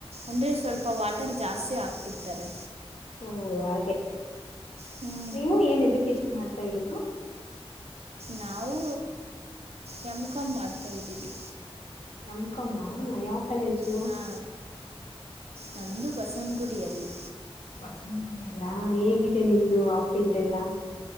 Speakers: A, on the right; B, on the left.
A: ಅಂದ್ರೆ ಸ್ವಲ್ಪ ವಾಟರ್ ಜಾಸ್ತಿ ಹಾಕ್ಬಿಡ್ತಾರೆ
B: ಓ ಹಾಗೆ
A: ಹ್ಞೂ
B: ನೀವು ಏನ್ ಎಜುಕೇಶನ್ ಮಾಡ್ತಾ ಇರುೋದು
A: ನಾವು ನಮ್ಕಂಬ ಮಾಡ್ತಾಯಿದ್ದೀವಿ
B: ಯಮ್ಕಮ್ಮ ಯಾವ ಕಾಲೇಜು
A: ಹಾ ನಮ್ದು ಬಸವನಗುಡಿಯಲ್ಲಿ
B: ಬಸನಗುಡ ಎಲ್ಲಾ ಹೇಗಿದೆ ನಿಮ್ದು ಆ ಫೀಲ್ಡ್ ಎಲ್ಲಾ